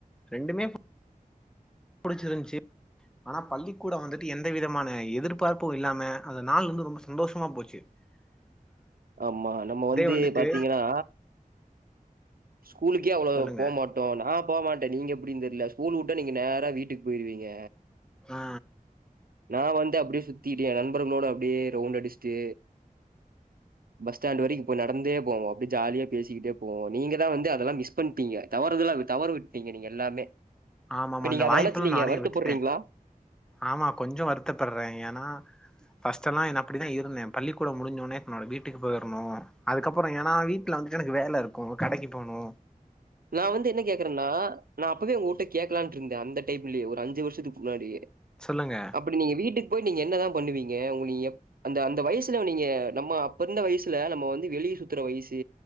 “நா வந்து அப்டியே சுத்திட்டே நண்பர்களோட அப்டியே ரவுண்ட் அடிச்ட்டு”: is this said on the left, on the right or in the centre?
Right